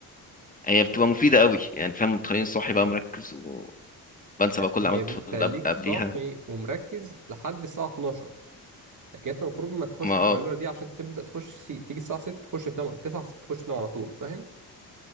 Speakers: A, on the left (about 20°); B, on the right (about 45°).
A: هي بتبقى مفيدة قوي يعني فاهم بتخليني صاحي بقى مركز وبنسى
B: يعني
A: بقى كل اللي
B: هي
A: عملته
B: بتخليك
A: اللي قب- قبليها
B: صاحي ومركز لحد الساعة 12 لكن انت المفروض ما تخش
A: ما اه
B: القيلولة دي عشان تبدأ تخش سي... تيجي الساعة 6 تخش تنام 9 تخش تنام على طول فاهم